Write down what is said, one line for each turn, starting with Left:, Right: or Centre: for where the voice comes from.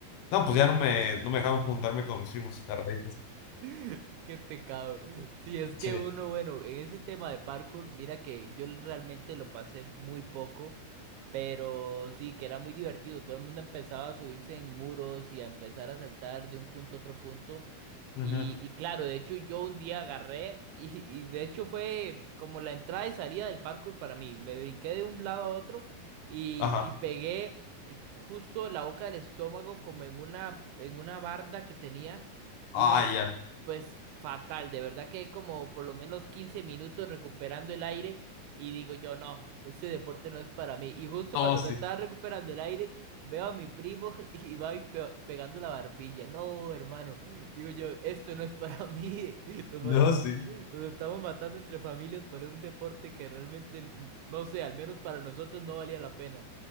Left: No, pues ya no me, no me dejaron juntarme con mis primos a raíz de eso.
Right: <laughs> Qué pecado. Si es que
Left: Sí.
Right: uno, bueno, en ese tema de parkour, mira que yo realmente lo pasé muy poco, pero sí, que era muy divertido. Todo el mundo empezaba a subirse en muros y a empezar a saltar de un punto a otro punto.
Left: Ujú.
Right: Y, y claro, de hecho yo un día agarré <laughs> y, y de hecho fue como la entrada y salida del parkour para mí. Me brinqué de un lado a otro y,
Left: Ajá.
Right: y pegué eh, justo en la boca del estómago como en una, en una barda que tenía. Y
Left: Ah,
Right: no,
Left: ya.
Right: pues fatal, de verdad que hay como por lo menos 15 minutos recuperando el aire y digo yo, no, este deporte no es para mí. Y justo
Left: No,
Right: cuando
Left: sí.
Right: me estaba recuperando el aire, veo a mi primo <laughs> y va y pe- pegando la barbilla. No, hermano, digo yo, esto no es para mí. <laughs> Nos,
Left: No,
Right: va- nos-
Left: sí.
Right: nos estamos matando entre familias por un deporte que realmente, n- no sé, al menos para nosotros no valía la pena.